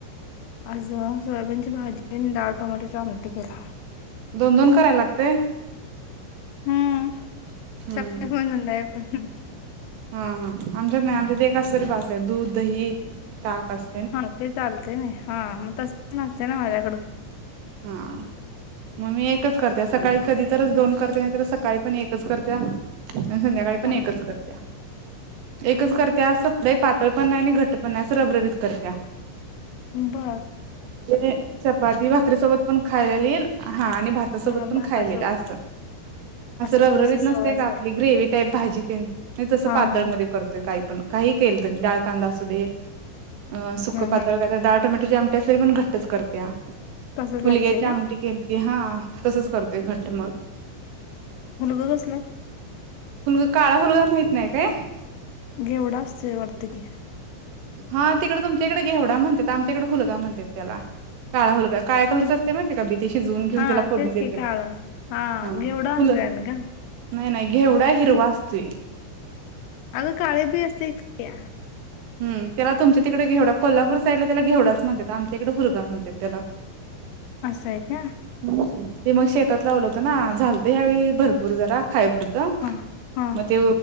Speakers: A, on the left; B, on the right.
A: आज अ सोयाबीनची भाजी आणि डाळ टोमॅटोची आमटी केल्याव
B: दोन दोन करा लागतंय
A: हम्म
B: हम्म
A: सकाळ पण संध्याकाळ पण
B: हा हा आमच्यात नाही आमच्यात एक आसंल तरी बासय दूध दही ताक अस
A: हा ते चालते नाही हा मग तस पण असतंय ना माझ्याकडं
B: हा मग मी एकच करते सकाळी कधी तरच दोन करते नाही तर सकाळी पण एक एकच करत्या आणि संध्याकाळी
A: हा
B: पण एकच करत्या एकच करत्या असं लई पातळ पण नाही आणि घट्ट पण नाही असं रबरबीत करत्या
A: उम्म ब
B: म्हणजे चपाती भाकरी सोबत पण खायला येईल हां आणि भाता सोबत
A: हा
B: पण
A: भातासोबत
B: खायला येईल असं
A: असं
B: रबरबीत
A: अशी सवय
B: नसतय
A: असेल
B: का आपली ग्रेव्ही टाईप भाजी तिन मी तसं
A: हा
B: पातळमध्ये
A: हा
B: कर ते काही पण काही केलं तरी डाळ कांदा असुदे अ सुकं
A: हम्म
B: पातळ
A: हम्म
B: काही तर डाळ टोमॅटोची आम त्यास तरी पण घट्टच करत्या
A: तसंच
B: हुलग्याची
A: लागते
B: आमटी
A: का
B: केली ते हा तसंच करतय घट्ट मग
A: हुलगं कसलं?
B: हुलग काळा हुलगा माहित नाही काय?
A: घेवडा असतोय वाटतं घे
B: हा तिकडं तुमच्या इकडं घेवडा म्हणत्यात आमच्या इकडं हुलगा म्हणत्यात त्याला काळा हुलगा काळ्या कलरच
A: होय
B: असतय माहिती का बी ते शिजवून घेऊन
A: हा
B: त्याला फोडणी
A: तेच
B: देतेत
A: की काळं हा
B: हां
A: घेवडा आणतोय
B: फुलं
A: आम्ही गं
B: नाही नाही घेवढा हिरवा असतुय
A: अग काळे बी असती किया
B: हम त्याला तुमच्या तिकडं घेवडा कोल्हापूर साईडला त्याला घेवडाच म्हणत्यात आमच्या इकडं हुलगा म्हणत्यात त्याला
A: असंय का
B: हम्म हम्म ते मग शेतात लावलं होतं ना झालत ह्यावेळी भरपूर जरा खाय पडतं
A: हा हा
B: मग ते